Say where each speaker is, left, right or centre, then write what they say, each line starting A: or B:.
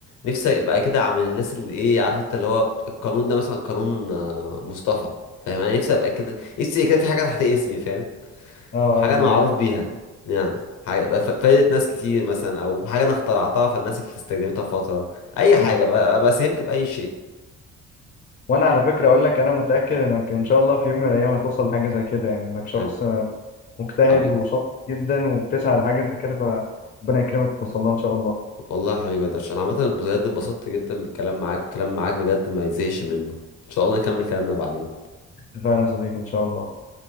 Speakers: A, on the left; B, on the left.
A: نفسي ابقى كده عامل الناس اللي ايه عارف انت اللي هو القانون ده مثلا قانون آه، مصطفى فاهم انا نفسي ابقى كده نفسي كده في حاجة تحت اسمي فاهم
B: اه
A: حاجة
B: ايوه
A: أنا معروف
B: ايوه
A: بيها يعني حاجة بقى ف- فادت ناس كتير مثلا أو حاجة أنا اخترعتها فالناس اللي استخدمتها فترة أي حاجة
B: ايوه
A: بقى أبقى ساهمت بأي شيء
B: وانا على فكره اقول لك انا متاكد انك ان شاء الله في يوم من الايام هتوصل لحاجه زي كده يعني انك شخص
A: يعني
B: مجتهد
A: حبيبي
B: وشاطر جدا وبتسعى لحاجه زي كده فربنا يكرمك وتوصل لها ان شاء الله
A: والله يا حبيبي يا درش أنا عامة بجد اتبسطت جدا بالكلام معاك والكلام معاك بجد ما يزهقش منه إن شاء الله نكمل كلامنا بعدين
B: اتفقنا يا صديقي ان شاء الله